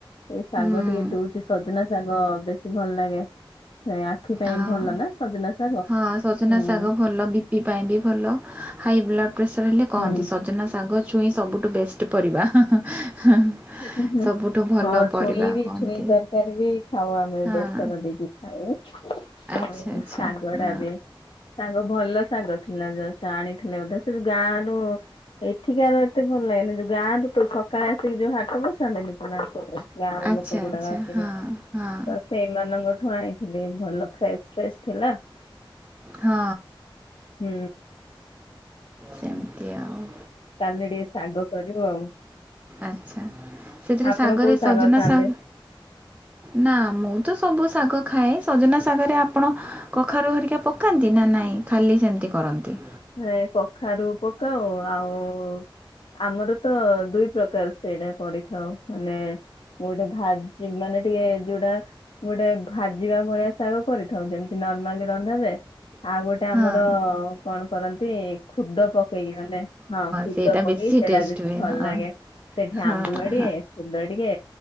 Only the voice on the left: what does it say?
ଏ ଶାଗ
ଟିକେ ଦୋଉଛି ସଜନା ଶାଗ ବେଶୀ ଭଲ ଲାଗେ ସେ ଆଖି ପାଇଁ
ଭଲ ନା ସଜନା ଶାଗ
ହୁଁ।
ହୁଁ।
ହୁଁ- ହୁଁ-ହୁଁ।
ହଁ
ଛୁଇଁ ବି
ଛୁଇଁ ତରକାରୀ ବି ଖାଉ ଆମେ
ବେସର ଦେଇକି ଖାଉ। ଆଉ
ଶାଗ
ଡା ବି। ଶାଗ ଭଲ ଶାଗ ଥିଲା ଜଷ୍ଟ୍ ଆଣିଥିଲେ ବୋଧେ ସେ ଯ ଗାଁରୁ ଏଠିକି ଆର ଏତେ ଭଲ ଲାଗେନି ଯୋଉ ଗାଁରୁ ତ ସକାଳେ ଆସିକି ଯୋଉ ହାଟ ବସାନ୍ତିନି କୁଣାପୁର୍ ରେ। ଗାଁ ର
ଲୋକ ଗୁଡାକ
ଆସିକେ
ତ
ସେ ସେମାନଙ୍କଠୁ ଆଣିଥିଲି ଭଲ ଫ୍ରେଶ୍ ଫ୍ରେଶ୍ ଥିଲା।
ହୁଁ।
କାଲି ଟିକେ ଶାଗ କରିବୁ ଆଉ।
ଆପଣ
କୋଉ ଶାଗ
ଖାଆନ୍ତି?
ଏ କଖାରୁ ପକାଉ ଆଉ-ଉ ଆମର ତ ଦୁଇ ପ୍ରକାର ସେଟା କରିଥାଉ ମାନେ ମୁଁ ଗୋଟେ ଭାଜି ମାନେ ଟିକେ ଯୋଉଟା। ମୁଁ ଗୋଟେ ଭାଜିବା ଭଳିଆ ଶାଗ କରିଥାଉ ଯେମିତି ନର୍ମାଲି ରନ୍ଧାଯାଏ। ଆଉ ଗୋଟେ ଆମର
କଣ କରନ୍ତି? ଖୁଦ ପକେଇକି ମାନେ ହଁ ଖୁଦ
ପକେଇକି
ସେଇଟା
ବେଶୀ
ଭଲ
ଲାଗେ। ସେଠି
ଆମ୍ବୁଲ ଟିକେ
ଫୁନ୍ଦ ଟିକେ